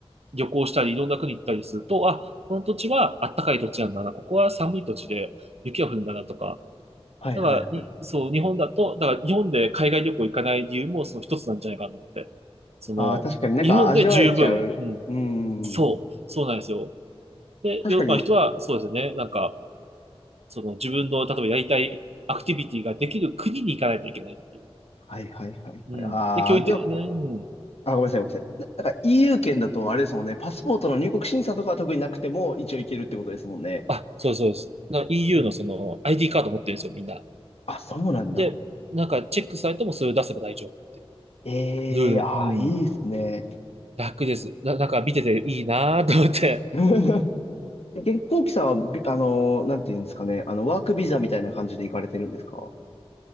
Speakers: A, on the right (about 75°); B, on the left (about 75°).
A: 旅行したり、いろんな国行ったりすると、あ、この土地はあったかい土地なんだな、ここは寒い土地で雪が降るんだなとか、
B: はいはいはい。
A: だからに、そう、日本だと、だから日本で海外旅行行かない理由もその一つなんじゃないかなと思って。その、
B: あー、確かになんか味わえちゃう。
A: 日本で十分、うん、
B: うーん。
A: そう、そうなんですよ。で、
B: 確かに。
A: ヨーロッパの人はそうですよね、なんか、その自分の、例えばやりたいアクティビティができる国に行かないといけないっていう。
B: はいはいはいはい。
A: うん。
B: あー、
A: で、教育的、
B: でも
A: ね、うん。
B: あ、ごめんなさい、ごめんなさい。な、なんか EU 圏だとあれですもんね、パスポートの入国審査とかは特になくても一応行けるってことですもんね。
A: あ、そうそうです。な EU
B: うん
A: のその ID カード持ってるんですよ、みんな。
B: あ、そうなんだ。
A: で、なんかチェックされてもそれを出せば大丈夫ってい
B: ええーああ、
A: うルール。うん。
B: いいですね。
A: 楽です。な、なんか見てていいなぁと思って。
B: <laughs>
A: うん
B: 結構、こきさんはビ、あのー、なんていうんですかね、あの、ワークビザみたいな感じで行かれてるんですか